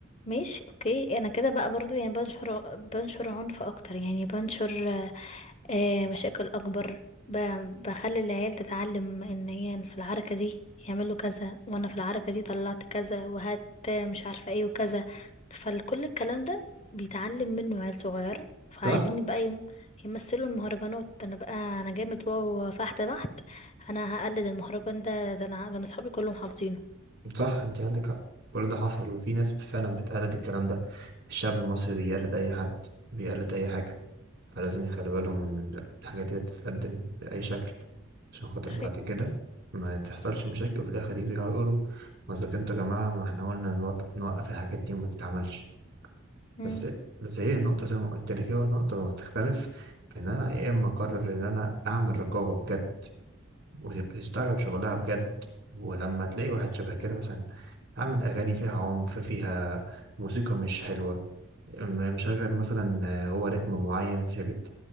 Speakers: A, on the left (about 35°); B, on the right (about 60°).
A: ماشي اوكي انا كده بقى برضو يعني بنشر بنشر عنف اكتر يعني بنشر آه، آه، مشاكل اكبر ب- بخلي العيال تتعلم ان هي في العركة دي يعملوا كذا وانا في العركة دي طلعت كذا وهات مش عارفة ايه وكذا فكل الكلام ده بيتعلم منه عيال صغيرة فعايزين
B: صح
A: بقى يم- يمثلوا المهرجانات انا بقى انا جامد واو فحت بحت انا هقلد المهرجان ده ده انا ده انا صحابي كلهم حافظينه
B: صح انت عندك حق كل ده حصل وفي ناس فعلا بتقلد الكلام ده الشعب المصري بيقلد اي حد بيقلد اي حاجة فلازم يخلي بالهم من الحاجات اللي بتتقدم بأي شكل عشان خاطر
A: طيب
B: بعد كده ما تحصلش مشاكل وفي الاخر يجروا يقولوا ما اذا كنتوا يا جماعة ما احنا قلنا نوط- نوقف الحاجات دي وما تتعملش
A: امم
B: بس بس هي النقطة زي ما قلت لك هي النقطة اللي بتختلف في ان انا يا اما اقرر ان انا اعمل رقابة بجد وتبقى تشتغل شغلها بجد ولما تلاقي واحد شبه كده مثلا عامل أغاني فيها عنف فيها موسيقى مش حلوة م- مشغل مثلا آه، هو رتم معين ثابت